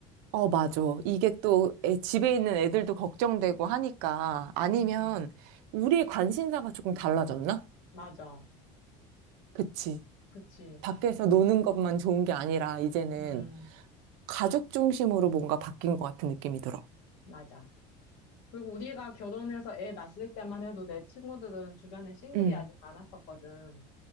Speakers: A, on the right (about 65°); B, on the left (about 75°).
A: 어, 맞아. 이게 또 애- 집에 있는 애들도 걱정되고 하니까 아니면
B: 음,
A: 우리의 관심사가 조금 달라졌나?
B: 맞아.
A: 그치.
B: 그치.
A: 밖에서 노는 것만 좋은 게 아니라 이제는
B: 음,
A: 가족 중심으로 뭔가 바뀐 것 같은 느낌이 들어.
B: 맞아. 그리고 우리가 결혼해서 애 낳았을 때만 해도 내 친구들은 주변에 싱글이
A: 응.
B: 아직 많았었거든.